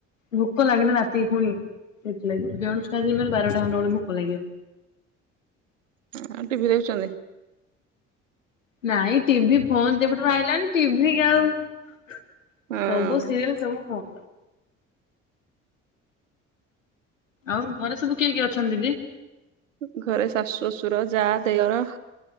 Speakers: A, on the left; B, on the right.
A: ଭୋକ ଲାଗେନି ରାତି କୁ ପୁଣି ସେଇଲଥିଲାାଗି <unintelligible> ବାରଟା ଖଣ୍ଡେ ବେଳକୁ ଭୋକ ଲାଗିବ।
B: ଆଉ ଟିଭିି ଦେଖୁଛନ୍ତି?
A: ନାଇଁ ଟିଭି ଫୋନ ଯେବେଠୁଁ ଆଇଲାଣି ଟିଭି କୁ ଆଉ ସବୁ
B: ହଁ
A: ସିରିଏଲ ସବୁ ଫୋନ ଆଉ ଘରେ ସବୁ କିଏ କିଏ ଅଛନ୍ତି ଦିଦି?
B: ଘରେ ଶାଶୁ ଶଶୁର ଯା ଦିଅର